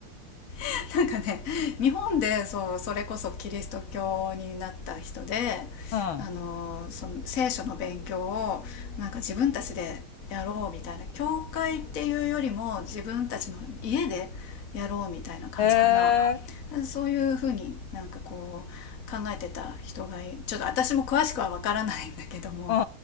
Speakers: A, on the left; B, on the left.
A: <laughs> なんかね日本でそうそれこそキリスト教になった人で
B: うん。
A: あのその聖書の勉強をなんか自分たちでやろうみたいな教会っていうよりも自分たちの家でやろうみたいな感じかな
B: へえ、
A: そういうふうになんかこう考えてた人がいるちょっと私も詳しくはわからないんだけども
B: うん